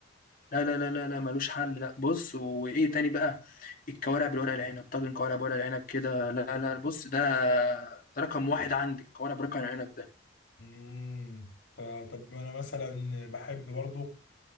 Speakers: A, on the left (about 50°); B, on the left (about 75°).
A: لا لا لا لا لا ملوش حل لا بص وايه تاني بقى الكوارع بالورق العنب طاجن كوارع بورق العنب كده لا لا بص ده رقم واحد عندي الكوارع برقم العنب ده
B: امم ف- طب انا مثلا بحب برضو